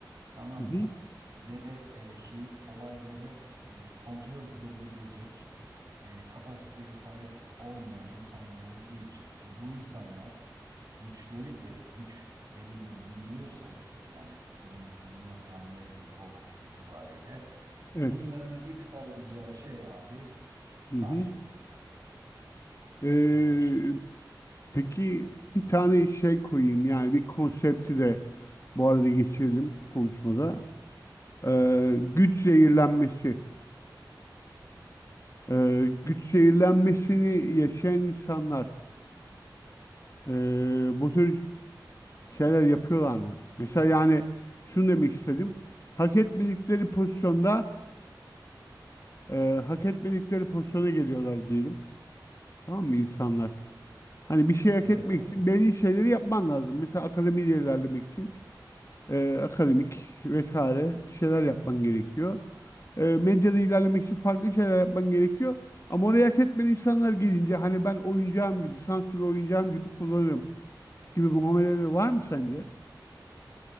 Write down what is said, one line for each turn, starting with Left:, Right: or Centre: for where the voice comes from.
Right: tamam
Left: Hı hı.
Right: mı? Ve e, şey olayları e, kontrol edebilecek e, kapasiteye sahip olmayan insanlar olduğu için ve bu insanlar güçleri de güç elinde bulunduruyorsa yani bulundukları makam, mevki, koltuk itibariyle
Left: Evet.
Right: bunların ilk sarılacağı şey abi sansür
Left: Hı hı.
Right: olur yani
Left: E,
Right: net bir şey.
Left: Peki bir tane şey koyayım yani bir konsepti de bu arada geçirelim konuşmada. Ee,
Right: Hı. hı.
Left: güç zehirlenmesi. Ee, güç zehirlenmesini yaşayan insanlar ee, bu tür şeyler yapıyorlar mı? Mesela yani şunu demek istedim. Hak etmedikleri pozisyonda ee, hak etmedikleri pozisyona geliyorlar diyelim. Tamam mı insanlar? Hani bir şey hak
Right: Evet
Left: etmek
Right: abi.
Left: için belli şeyleri yapman lazım. Mesela akademiyi ilerlemek için. e, akademik vesaire bir şeyler yapman gerekiyor. E, medyada ilerlemek için farklı şeyler yapman gerekiyor. Ama oraya hak etmeyen insanlar gelince hani ben oyuncağım gibi, sansürlü oyuncağım gibi kullanırım gibi muameleleri var mı sence?